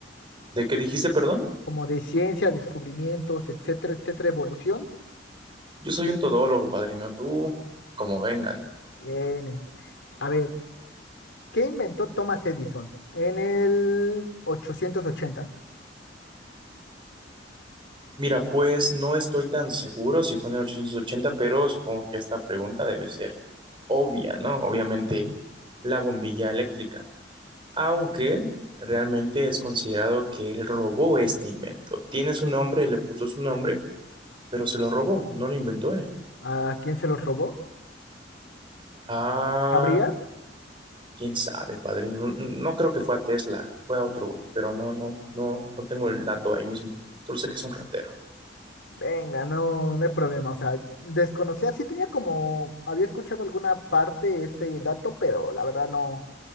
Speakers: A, on the right; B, on the left.
A: ¿De qué dijiste, perdón?
B: Como de ciencia, descubrimientos, etcétera, etcétera, evolución.
A: Yo soy un todólogo, padrino, tú, como vengan.
B: N. A ver, ¿qué inventó Thomas Edison en el 880?
A: Mira, pues no estoy tan seguro si fue en el 880, pero supongo que esta pregunta debe ser obvia, ¿no? Obviamente la bombilla eléctrica, aunque realmente es considerado que él robó este invento. Tiene su nombre, le puso su nombre, pero se lo robó, no lo inventó él.
B: ¿A quién se lo robó?
A: Ah,
B: ¿Sabrías?
A: quién sabe, padrino. No, no creo que fue a Tesla, fue a otro güey, pero no, no, no, no tengo el dato ahí mismo. Solo sé que es un ratero.
B: Venga, no, no hay problema. O sea, desconocía, sí tenía como, había escuchado alguna parte ese dato, pero la verdad no,